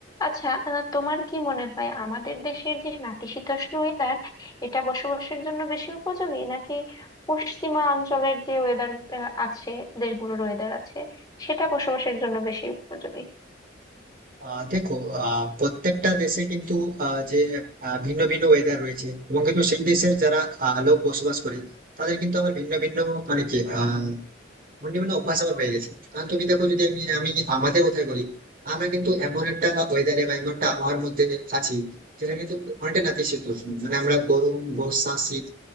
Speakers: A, on the left; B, on the right.
A: আচ্ছা আহ, তোমার কি মনে হয় আমাদের দেশের যে নাতিশীতোষ্ণ ওয়েদার এটা বসবাসের জন্য বেশি উপযোগী নাকি পশ্চিমা অঞ্চলের যে ওয়েদার আছে দেশগুলোর ওয়েদার আছে সেটা বসবাসের জন্য বেশি উপযোগী
B: আহ দেখো আহ প্রত্যেকটা দেশে কিন্তু আহ, যে আহ, ভিন্ন ভিন্ন ওয়েদার রয়েছে এবং কিন্তু সেই দেশের যারা আহ, লোক বসবাস করে তাদের কিন্তু আবার ভিন্ন ভিন্ন মানে কি আহ, ভিন্ন ভিন্ন অভ্যাস আবার হয়ে গেছে কারণ তুমি দেখো যদি আমি আমি আমাদের কথাই বলি আমরা কিন্তু এমন একটা ওয়েদারে বা এমন একটা আবহাওয়ার মধ্যে আছি যেখানে কিন্তু অনেকটা নাতিশীতোষ্ণ মানে আমরা গরম বর্ষা শীত